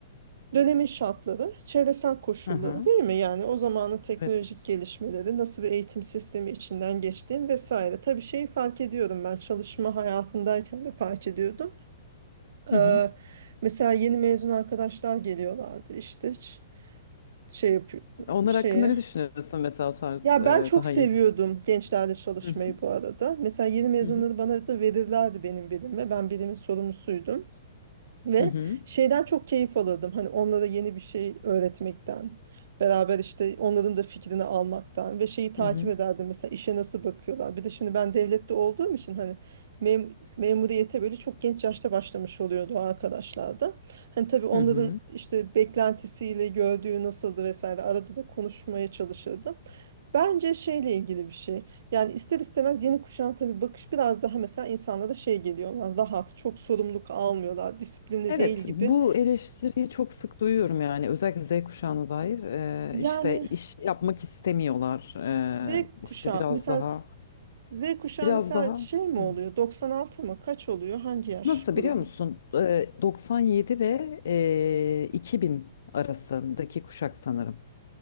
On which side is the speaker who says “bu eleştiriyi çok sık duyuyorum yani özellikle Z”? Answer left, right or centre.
Left